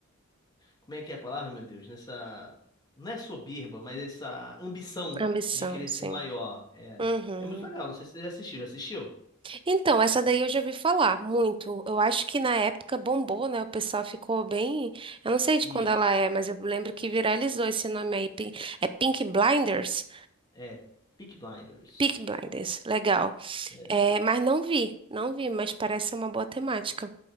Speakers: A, on the left; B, on the right.
A: como é que é a palavra, meu Deus? Nessa, não é soberba, mas essa ambição
B: Ambição,
A: de querer
B: sim.
A: ser maior. É,
B: Uhum.
A: é muito legal. Não sei se você já assistiu. Já assistiu?
B: Então, essa daí eu já ouvi falar muito. Eu acho que na época bombou, né? O pessoal ficou bem. Eu não sei de
A: Isso.
B: quando ela é, mas eu lembro que viralizou esse nome aí. Pink- É Pink Blinders?
A: É, Peaky Blinders.
B: Peaky Blinders, legal.
A: É,
B: É, mas não vi, não vi, mas parece ser uma boa temática.